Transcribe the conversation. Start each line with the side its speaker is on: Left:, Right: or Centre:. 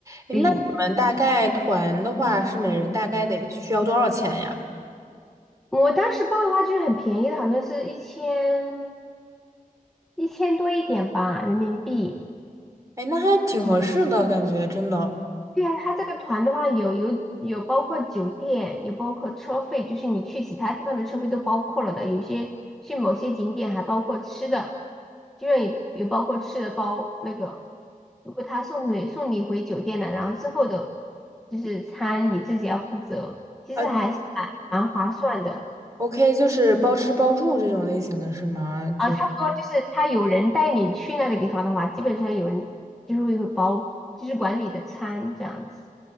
Right: 那你们大概团的话是每人大概得需要多少钱呀？
Centre: 对。我当时报的话就是很便宜的，好像是一千一千多一点吧，人民币。
Right: 哎，那还挺合适的感觉，真的。
Centre: 对啊，他这个团的话有有有包括酒店，有包括车费，就是你去其他地方的车费都包括了的。有些去某些景点还包括吃的，居然有有包括吃的包那个。如果他送回送你回酒店了，然后之后的就是餐你自己要负责，其实还是蛮划算的。
Right: 呃，OK，就是包吃包住这种类型的是吗？
Centre: 啊，
Right: 就
Centre: 差不多就是他有人带你去那个地方的话，基本上有人就是会会包，就是管理的餐这样子。